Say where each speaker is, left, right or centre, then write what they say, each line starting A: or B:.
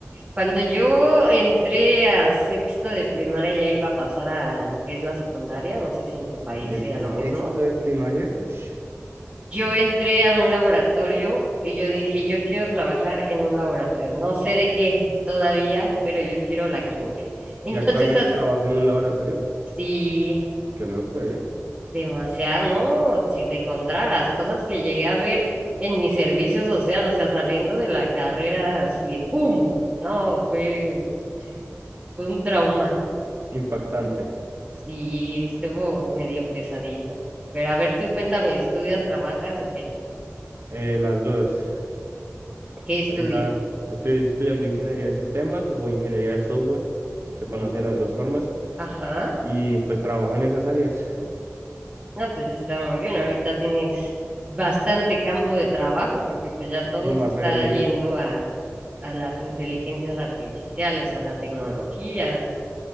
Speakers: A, on the right (about 25°); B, on the right (about 50°).
A: Cuando yo entré a sexto de primaria ya iba a pasar a lo que es la secundaria, no sé si en tu país
B: Desde
A: sea lo
B: sexto
A: mismo.
B: de primaria, ush,
A: Yo entré a un laboratorio y yo dije, yo quiero trabajar en un laboratorio, no sé de qué todavía, pero yo quiero la química. Entonces,
B: y actualmente
A: as-
B: trabajas en un laboratorio.
A: sí,
B: Qué loco, ¿eh?
A: Demasiado, ¿no? Si te contara las cosas que llegué a ver en mi servicio social, o sea, saliendo de la carrera así de ¡pum! No, fue, sí, fue un trauma.
B: Impactante.
A: Sí, estuvo medio pesadito. Pero a ver, tú cuéntame, ¿estudias, trabajas o qué?
B: Eh, las dos.
A: ¿Qué estudias?
B: Ahorita estoy estudiando ingeniería de sistemas o ingeniería de software. Se conoce las dos formas.
A: Ajá.
B: Y pues trabajo en esas áreas.
A: No, pues está muy bien. Ahorita tienes bastante campo de trabajo porque pues ya todo
B: Y más
A: se está
B: hoy en día.
A: yendo a, a las inteligencias artificiales, a la tecnología.